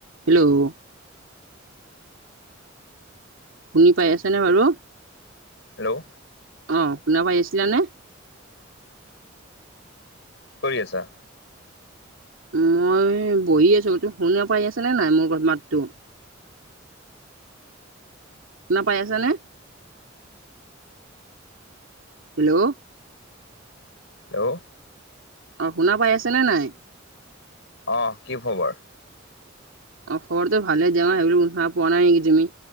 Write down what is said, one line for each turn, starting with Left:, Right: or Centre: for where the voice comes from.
Right: হেল্ল' শুনি পাই আছেনে বাৰু?
Left: হেল্ল'
Right: অঁ শুনাপাই আছিলানে?
Left: কি কৰি আছা।
Right: মই বহি আছোঁ তুমি শুনা পাই আছানে নাই মোৰ মাতটো? নাপাই <unintelligible> আছানে? হেল্ল'
Left: হেল্ল'
Right: অ শুনা পাই আছেনে নাই?
Left: অ কি খবৰ?
Right: অ খবৰটো ভালে যামা সেইবা <unintelligible> পোৱা নাই নেকি তুমি